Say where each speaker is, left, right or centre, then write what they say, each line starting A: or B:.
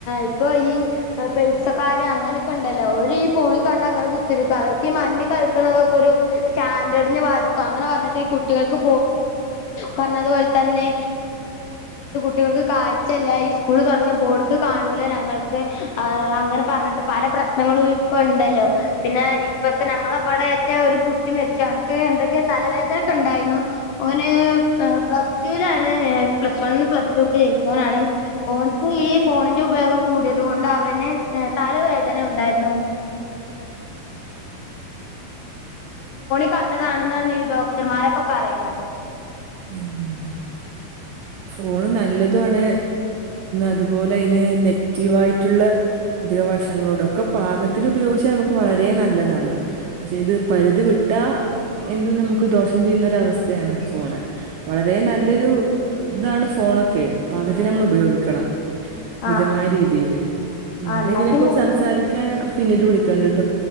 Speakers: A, on the left; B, on the right.
A: ഇപ്പൊ ഈ പൈസ ക അങ്ങനൊക്കെ ഉണ്ടല്ലോ ഒരു ഫോണ കണ്ട അങ്ങനെ കുത്തിക്കും അവർക്ക്ഈ മണ്ണ കളിക്കുന്നതൊക്കെ ഒരു സ്റ്റാൻഡേഡിു ബാിക്ക അങ്ങെ പറഞ്ഞിട്ട് ഈ കുട്ടികൾ ോ കൊെന്നെോ കുട്ടികൾക്ക് കാഴ്ചല്ല ഈ സ്കൂൾ തുടങ്ങിയ ബോർഡ് കാണൂല ഞൾക്ക്് അങ്ങനെ പറഞ്ഞിട്ട് പല പ്രശ്നങ്ങളും ഇപ്പ ഉണ്ടല്ലോ പിന്നെ ഇപ്പത്തെ ഞങ്ങളവിടെച്ച ഒരു കുട്ടി മെച്ചനിക്ക് എന്തൊക്ക തലവേദനൊക്കെ ഉണ്ടായി ഓന പ്ലസ് ൂാണ് പ്ലസ് വൺ പ്ല ജയിച്ചനാണ് ഓൻക്ക് ഈ ഫോണിന്റെ ഉപയോഗം കൂടിയത കൊണ്ട് അവന് തലവേദന ോ ക ഡോക്ടർമാരൊക്കെ പറയുന്നത്
B: ഉം ഫോണ് നല്ലതുാണ് അതുപോലെ അതിന് നെഗറ്റീവ ആായിട്ടുള്ള അത് വശങ്ങളണ്ട് ഒക്കെ പാകത്തിന് ഉപയോഗിച്ചാ നമുക്ക് വളരെ നല്ലതാണ് പക്ഷെ ഇത് പരിധി വിട്ട ഉം എന്തും നമുക്ക് ദോഷം ചെയ്യുന്നൊരവസ്ഥയാണ് ഫോണ് വളരേ നല്ലൊരു താണ് ഫോണൊക്കെ പാകത്തിന് നമ്മളുപയോഗിക്കണം മിതമായ
A: ആഹ്
B: രീതിയില് ഉം
A: ആഹ്
B: ന്ന
A: എന്നാ
B: ഇതിനെക്കുറിച്ച്
A: പിന്നെ
B: സംസാരിക്കാൻ പിന്നീട് വിളിക്കണ്ട്